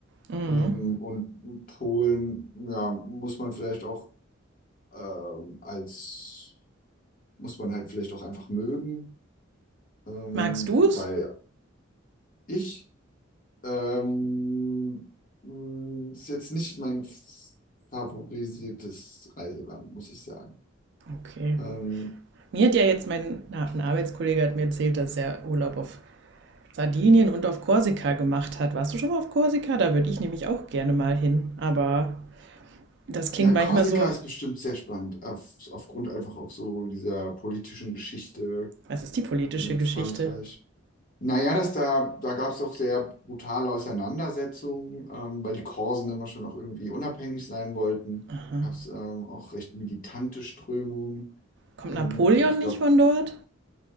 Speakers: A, on the right; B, on the left.
A: Mhm.
B: Ähm, und Polen, ja, muss man vielleicht auch ähm, als, muss man halt vielleicht auch einfach mögen, ähm,
A: Magst du es?
B: weil ich ähm, mh, ist jetzt nicht mein favorisiertes Reiseland, muss ich sagen.
A: Okay.
B: Ähm,
A: Mir hat ja jetzt mein na, ein Arbeitskollege hat mir erzählt, dass er Urlaub auf Sardinien und auf Korsika gemacht hat. Warst du schon mal auf Korsika? Da würde ich nämlich auch gerne mal hin. Aber das klingt
B: ja,
A: manchmal
B: Korsika
A: so,
B: ist bestimmt sehr spannend, auf, aufgrund einfach auch so dieser politischen Geschichte
A: was ist die politische
B: mit
A: Geschichte?
B: Frankreich. Naja, das da, da gab es doch sehr brutale Auseinandersetzungen, ähm, weil die Korsen immer schon noch irgendwie unabhängig sein wollten.
A: Aha.
B: Gab es ähm, auch recht militante Strömungen.
A: Kommt
B: Ähm,
A: Napoleon
B: ich
A: nicht
B: glaube,
A: von dort?